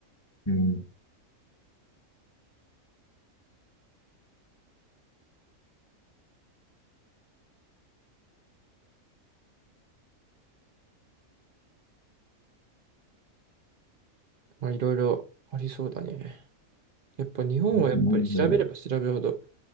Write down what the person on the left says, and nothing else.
うん。
あとなんだろ